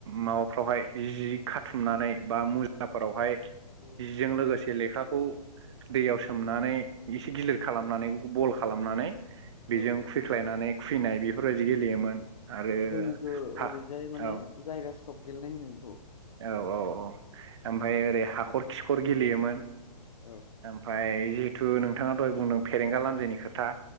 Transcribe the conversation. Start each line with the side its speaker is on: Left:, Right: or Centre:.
Right: माबाफ्रावहाय जि खाथुमनानै बा मुजाफोरावहाय
Left: औ
Right: जिजों लोगोसे लेखाखौ खौ दैयाव सोमनानै एसे गिलिर खालामनानै बेखौ बल खालामनानै बेजों
Left: औ
Right: खुइख्लायनानै खुयनाय बेफोरबायदि गेलेयोमोन आरो
Left: जोंनिखौ
Right: हा
Left: ओरैजाय माने
Right: औ
Left: जायगा स्टप गेलेनाय होनो बेखौ
Right: औ-औ-औ ओमफ्राय ओरै हाखर-खिखर गेलेयोमोन
Left: बेखौ
Right: ओमफाय जिहेथु नोंथाङाथ' दहाय बुंदों फेरेंगा लान्जायनि खोथा